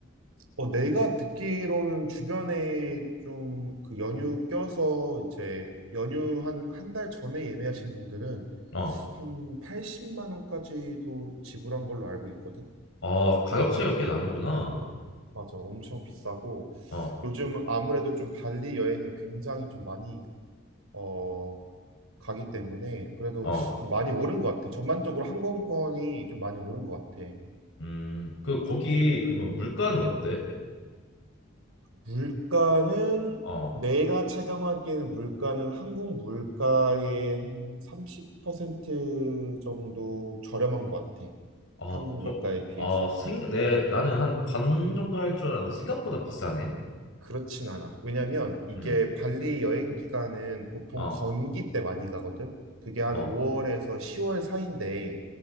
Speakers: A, on the right; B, on the left.
A: 어, 내가 듣기로는 주변에 좀 그 연휴 껴서 이제 연휴 한 한 달 전에 예매하신 분들은
B: 어.
A: 한 80만 원까지도 지불한 걸로 알고 있거든.
B: 어, 가격 차이가 꽤 나는구나.
A: 맞아, 엄청 비싸고
B: 어.
A: 요즘 아무래도 좀 발리 여행을 굉장히 좀 많이 어 가기 때문에 그래도
B: 어.
A: 좀 많이 오른 것 같아. 전반적으로 항공권이 좀 많이 오른 것 같아.
B: 음. 그 거기 그러면 물가는 어때?
A: 응. 물가는
B: 어.
A: 내가 체감하기에는 물가는 한국 물가의 한 30% 정도 저렴한 것 같아.
B: 아,
A: 한국
B: 퍼,
A: 물가에 비해서.
B: 아, 생, 내, 나는 한 반 정도 할 줄 알았는데 생각보다 비싸네.
A: 그렇진 않아. 왜냐면 이게
B: 음,
A: 발리 여행 기간은 보통
B: 어,
A: 건기 때 많이 가거든. 그게 한
B: 어,
A: 5월에서 10월 사이인데